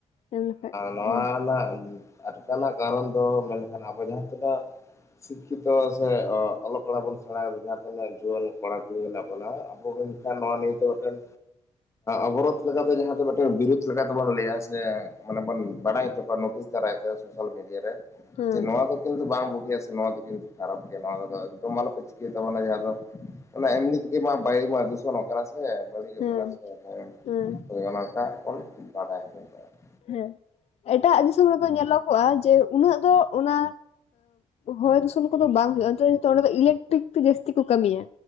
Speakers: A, on the left; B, on the left.
A: ᱮᱢ ᱞᱮᱠᱷᱟᱡ
B: ᱱᱚᱣᱟ
A: ᱦᱮᱸ
B: ᱨᱮᱱᱟᱜ ᱟᱴᱠᱟᱣ ᱨᱮᱱᱟᱜ ᱠᱟᱨᱚᱱ ᱫᱚ ᱢᱮᱱᱠᱷᱟᱱ ᱟᱵᱚ ᱡᱟᱦᱟᱸ ᱛᱤᱱᱟᱹᱜ ᱥᱤᱠᱠᱷᱤᱛᱚ ᱥᱮ ᱚᱞᱚᱜ ᱯᱟᱲᱦᱟᱜ ᱵᱚᱱ ᱥᱮᱬᱟᱭᱫᱟ ᱡᱟᱦᱟᱸ ᱛᱤᱱᱟᱹᱜ ᱡᱩᱣᱟᱹᱱ ᱠᱚᱲᱟ ᱠᱩᱲᱤ ᱦᱮᱱᱟᱜ ᱵᱚᱱᱟ ᱟᱵᱚ ᱜᱮ ᱱᱚᱣᱟ ᱱᱤᱭᱟᱹᱛᱮ ᱢᱮᱫᱴᱮᱱ ᱚᱵᱚᱨᱳᱫ ᱞᱮᱠᱟᱛᱮ ᱡᱟᱦᱟᱸ ᱛᱤᱱᱟᱹᱜ ᱵᱤᱨᱩᱫ ᱞᱮᱠᱟᱛᱮᱵᱚᱱ ᱞᱟᱹᱭᱟ ᱥᱮ ᱢᱟᱱᱮ ᱵᱚᱱ ᱵᱟᱰᱟᱭ ᱦᱚᱪᱚ ᱠᱚᱣᱟ ᱱᱳᱴᱤᱥ ᱫᱟᱨᱟᱭ ᱛᱮ ᱥᱳᱥᱟᱞ ᱢᱤᱰᱤᱭᱟ ᱨᱮ
A: ᱦᱮᱸ
B: ᱡᱮ ᱱᱚᱣᱟ ᱫᱚ ᱠᱤᱱᱛᱩ ᱵᱟᱝ ᱵᱩᱜᱤᱭᱟ ᱥᱮ ᱱᱚᱣᱟ ᱫᱚ ᱠᱤᱱᱛᱩ ᱠᱷᱟᱨᱟᱯ ᱜᱮᱭᱟ ᱱᱚᱣᱟ ᱨᱮᱫᱚ ᱮᱫᱚᱢ ᱟᱞᱚᱯᱮ ᱪᱤᱠᱟᱹᱭ ᱛᱟᱵᱚᱱᱟ ᱡᱟᱦᱟᱸ ᱫᱚ ᱚᱱᱟ ᱮᱢᱱᱤ ᱛᱮᱜᱮ ᱢᱟ ᱵᱟᱭᱩ ᱢᱟ ᱫᱩᱥᱚᱱᱚᱜ ᱠᱟᱱᱟ ᱥᱮ
A: ᱦᱮᱸ
B: ᱠᱟᱱᱟ ᱥᱮ
A: ᱦᱮᱸ
B: ᱦᱳᱭ ᱚᱱᱟᱴᱟᱜ ᱵᱚᱱ ᱵᱟᱰᱟᱭ ᱦᱚᱪᱚ ᱠᱟᱣᱟ ᱾
A: ᱦᱮᱸ ᱮᱴᱟᱜ ᱫᱤᱥᱚᱢ ᱨᱮᱫᱚ ᱧᱮᱞᱚᱜᱚᱜᱼᱟ ᱡᱮ ᱩᱱᱟᱹᱜ ᱫᱚ ᱚᱱᱟ ᱦᱚᱭ ᱫᱩᱥᱚᱱ ᱠᱚᱫᱚ ᱵᱟᱝ ᱦᱩᱭᱩᱜᱼᱟ ᱚᱱᱛᱮ ᱫᱚ ᱡᱚᱛᱚ ᱚᱸᱰᱮ ᱫᱚ ᱤᱞᱮᱠᱴᱨᱤᱠ ᱛᱮ ᱡᱟᱹᱥᱛᱤ ᱠᱚ ᱠᱟᱹᱢᱤᱭᱟ᱾